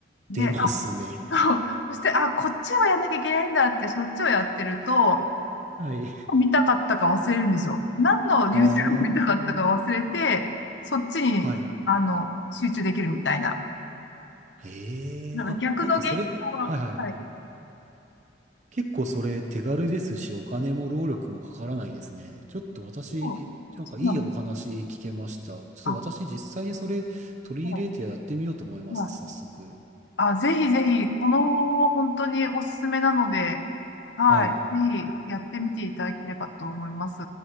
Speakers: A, on the left (about 75°); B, on the right (about 40°).
A: で、
B: 出ますね。
A: あと、<laughs> そして、あ、こっちはやんなきゃいけないんだって、そっちをやってると、
B: はい。
A: 見たかったか忘れるんですよ。何の YouTube
B: ああ、
A: 見たかったか忘れて、そっちに、
B: はい。
A: あの、集中できるみたいな。
B: ええ、
A: なんか逆の現象が、
B: あ、なんかそれ、はいはい。
A: はい。
B: 結構それ手軽ですし、お金も労力もかからないですね。ちょっと私、
A: そう、
B: なんかいいお話聞けました。
A: そうなの。
B: ちょっと私実際にそれ取り入れてやってみようと思います、
A: あ、そう。
B: 早速。
A: あ、ぜひぜひ、この方法は本当におすすめなので、はい。
B: はい。
A: ぜひやってみていただければと思います。